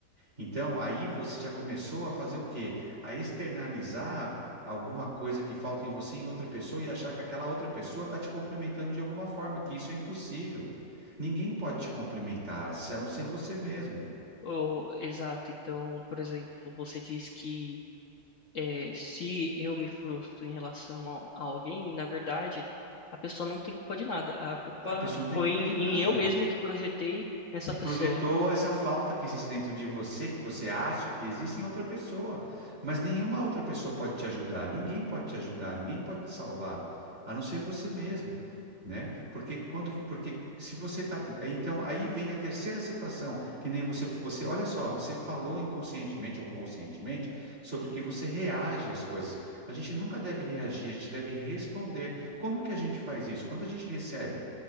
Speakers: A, on the right; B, on the left.
A: Então, aí você já começou a fazer o quê? A externalizar alguma coisa que falta em você em outra pessoa e achar que aquela outra pessoa está te complementando de alguma forma, que isso é impossível. Ninguém pode te complementar, a não ser você mesmo.
B: Oh, exato. Então, por exemplo, você diz que eh, se eu me frustro em relação ao- a, alguém, na verdade, a pessoa não tem culpa de nada. A culpa
A: A pessoa não tem
B: foi
A: culpa
B: em,
A: de nada.
B: eu mesmo que projetei essa
A: Que
B: pessoa
A: projetou essa falta que existe dentro de você, que você acha que existe em outra pessoa. Mas nenhuma outra pessoa pode te ajudar. Ninguém pode te ajudar, ninguém pode te salvar, a não ser você mesmo, né? Porque quando, porque se você tá, aí, então aí vem a terceira situação, que nem você, você, olha só, você falou inconscientemente ou conscientemente sobre que você reage às coisas. A gente nunca deve reagir, a gente deve responder. Como que a gente faz isso? Quando a gente recebe